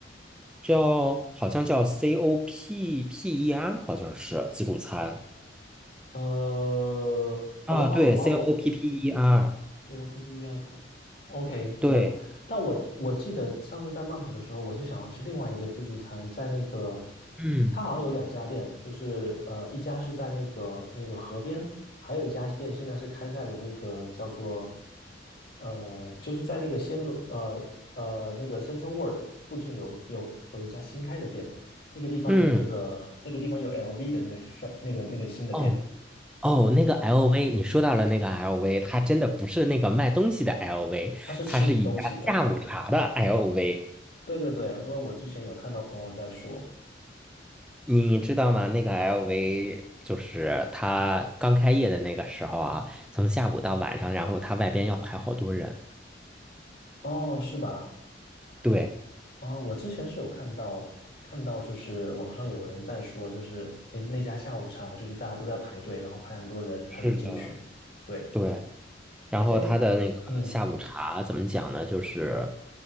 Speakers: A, in the centre; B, on the left.
A: 叫好像叫 COPPER，好像是自助餐。
B: 呃，呃我好，
A: 啊，对，C
B: 我好，我
A: O P P E R，
B: 这又不一样。OK，
A: 对，
B: 我但我我记得上次在曼谷的时候，我是想要吃另外一个自助餐，在那个
A: 嗯
B: 它好像有两家店，就是呃一家是在那个那个河边，还有一家店现在是开在了那个叫做呃就是在那个暹罗呃呃那个 Central World 附近有有有一家新开的店，那个地方有那个那个地方有
A: 嗯，
B: LV 的那个 shop 那个那个新的店，
A: 哦哦，那个 LV，你说到了那个 LV，它真的不是那个卖东西的 LV，
B: 它是吃东西的，
A: 它是一家下午茶的 LV，
B: 对对对，因为我之前有看到朋友在说，
A: 你知道吗？那个 LV 就是它刚开业的那个时候啊，从下午到晚上，然后它外边要排好多人。
B: 哦，是吧？
A: 对，
B: 啊、我之前是有看到看到，就是网上有人在说，就是那那家下午茶，就是大家都在排队，然后排很多人才能进去。
A: 是的，
B: 对，
A: 对。然后他的那个下午茶怎么讲呢？
B: 诶，嗯，
A: 就是